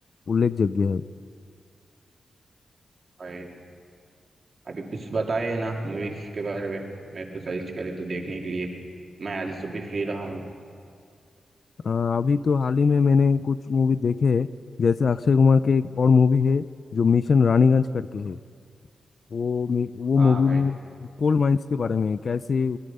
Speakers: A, on the left; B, on the right.
A: उल्लेखযোग्य है
B: भाई अभी कुछ बताए है ना मूवीज के बारे में मैं तो सर्च करे तो देखने के लिए मैं आज सब भी फ्री रहा हूँ
A: अ, अभी तो हाल ही में मैंने कुछ मूवी देखे हैं जैसे अक्षय कुमार के एक और मूवी है जो मिशन रानीगंज करके है वो मे- वो
B: हाँ
A: मूवी
B: भाई
A: कोल माइंस के बारे में है। कैसे अ,